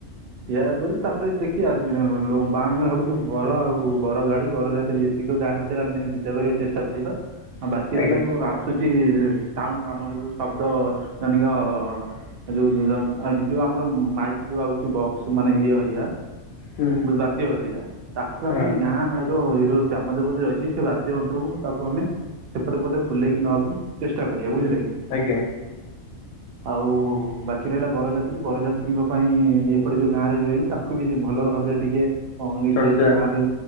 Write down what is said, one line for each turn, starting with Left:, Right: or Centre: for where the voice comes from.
Right: ଇଆ ପରେ ତାପରେ ଦେଖି ଆସ <unintelligible> ଭାବୁଛୁ ବର ଆଉ ବର ଗାଡି ବର ଯାତ୍ରୀ ଇଏ କିନ୍ତୁ ଗାଁ ଭିତରେ ଆମେ ବିଦା କରିବାକୁ ଚେଷ୍ଟା କରିବା ଆଉ ବାକି
Left: ଆଜ୍ଞା
Right: ରହିଲା ଯୋଉ ଆସୁଚି ସାଉଣ୍ଡ ଆମର ଯୋଉ ଶବ୍ଦ ଜନିକ ଉ ଯୋଉ ଜୋ ଯୋଉ ଆମର ମାଇକି ଯୋଉ ଆଉଛି ବକ୍ସ ମାନେ ଇଏ ହରିଆ
Left: ହୁଁ
Right: ବାଦ୍ୟ ହେରିଆ ତାକୁ
Left: ହଁ
Right: ଆମେ ଗାଁ ର ଜଉ ଗ୍ରାମ ଦେବତି ରହିଛି ସେ ବାଦ୍ୟନ୍ତ୍ରକୁ ତାକୁ ଆମେ ସେପଟେ ପଟେ ବୁଲେଇକି ନବାକୁ ଚେଷ୍ଟା କରିବା ବୁଝିଲେ
Left: ହୁଁ
Right: କି
Left: ଆଜ୍ଞା
Right: ଆଉ ବାକି ରହିଲା ବରଯାତ୍ରୀ ବରଯାତ୍ରୀଙ୍କ ପାଇଁ ଇଏ ସେପଟେ ଯୋଉ ଗାଁରେ ରହି ତାଙ୍କୁ ବି ଭଲ ଭାବରେ ଟିକେ ଅ
Left: ଚର୍ଚ୍ଚା
Right: ଯେହେତୁ ଗାଁ ରେ